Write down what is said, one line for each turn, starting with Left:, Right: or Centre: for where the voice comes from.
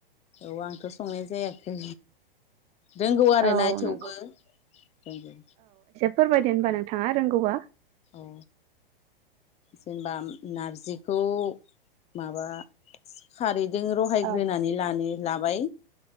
Left: औ आंथ' संनाय जायाखै। रोंगौ आरोना
Right: औ
Left: थेवबो
Right: नंगौ
Left: रोंगौ।
Right: फोरबायदि होनबा नोंथाङा रोंगौबा।
Left: अ जेनेबा नारजिखौ माबा खारै जों रहायग्रोनानै
Right: औ
Left: लानि लाबाय।